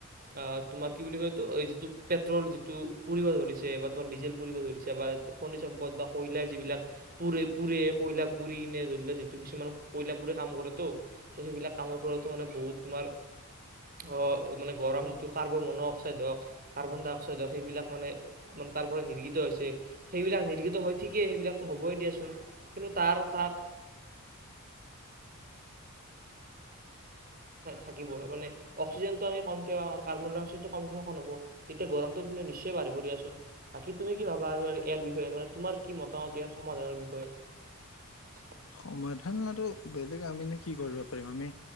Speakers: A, on the right; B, on the left.
A: অ', তোমাৰ কি বুলি কয় এইটো যিটো পেট্ৰল যিটো পুৰিব ধৰিছে বা তোমাৰ ডিজেল পুৰিব ধৰিছে বা খনিজ সম্পদ বা কয়লাই যিবিলাক পুৰে পুৰে কয়লা পুৰি কিনে ধৰি লোৱা যিটো কিছুমান কয়লা পোৰে কাম কৰে ত সেইবিলাক কামৰ সিহঁতো মানে বহুত তোমাৰ অ' মানে গৰম যিটো কাৰ্বন মন অক্সাইড হওক কাৰ্বন ডাই অক্সাইড হওক সেইবিলাক মানে মানে তাৰ পৰা নিৰ্গিত হৈছে সেইবিলাক নিৰ্গিত হয় ঠিকেই সেইবিলাকতো হবই দিয়াচোন। কিন্তু তাৰ তাক থাকিব মানে অক্সিজেনটো আমি কমকে পাম আৰু কাৰ্বন ডাই অক্সাইডৰ টো কমক শোষণ হ'ব তেতিয়া গৰমটো নিশ্চয় টোৱে বাঢ়িব দিয়াচোন বাকী তুমি কি ভাবা আৰু ইয়াৰ বিষয়ে মানে তোমাৰ কি মতামত ইয়াৰ। সমাধাৰ বিষয়ে।
B: সমাধানটো বেলেগ আমিনো কি কৰিব পাৰিম আমি,